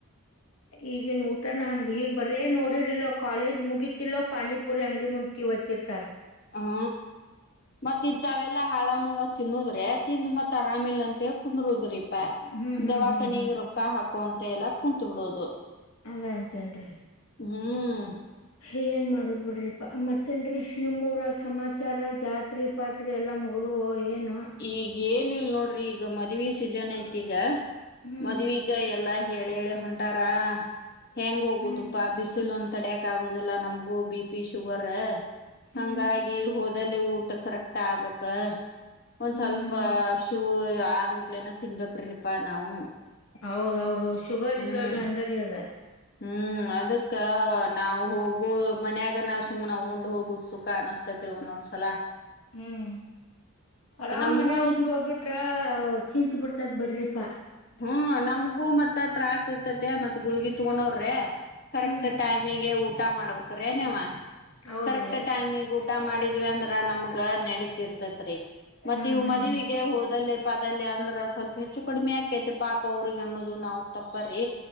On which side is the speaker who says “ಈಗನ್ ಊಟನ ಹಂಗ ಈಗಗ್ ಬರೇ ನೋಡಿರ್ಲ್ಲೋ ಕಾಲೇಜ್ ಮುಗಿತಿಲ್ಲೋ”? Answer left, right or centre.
Left